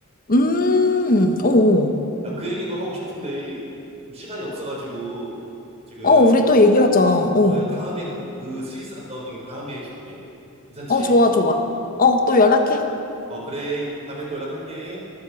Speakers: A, on the left (about 40°); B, on the right (about 30°).
A: 음, 어, 어,
B: 나 그 얘기도 하고 싶은데 좀 시간이 없어가지고 지금
A: 어, 우리 또 얘기하자. 어,
B: 어 내가 다음에 그, 그 스위스 갔다 오는 게 다음에 해줄게. 괜찮지?
A: 어, 좋아, 좋아. 어, 또 연락해.
B: 어 그래 다음에 또 연락할게.